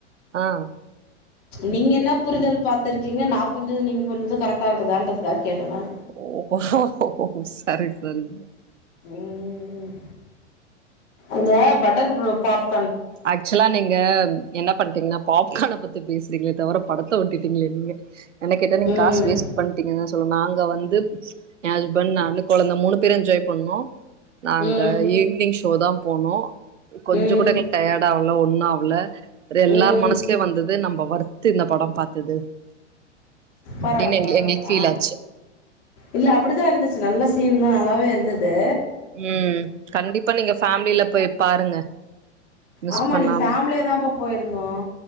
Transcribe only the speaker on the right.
ஆன்
ஓ சரி சரி
ஆச்சுலா நீங் க என்ன பண்ட்டீங்னா பாப்கான பத்தி பேஸ்றிங்ளே தவர படத்த ஓட்டிட்டிங்ளே நீங்க என்ன கேட்டா நீங்க
காஸ் வேஸ் பண்ணிட்டிங்கதா சொல்லு நாங்க வந்து ஏ ஹஸ்பண்ட் நானு கொழந்த பேரு என்ஜாய் பண்ணோ நாங்க
ஈவினிங் ஷோதா போனோ கொஞ்ச
கூட ஹெ டயட் ஆவுல ஒன்னு ஆவ்ல இரு எல்லார்
மனஸ்லோ வந்தது நம்ப வர்த்து இந்த பட பாத்தது
அப்டின் எங்ளு
எங்ளுக் ஃபீல்
ஆச்சு
ம் கண்டிப்பா நீங்க ஃபேம்லில போய் பாருங்க மிஸ்
பண்ணாம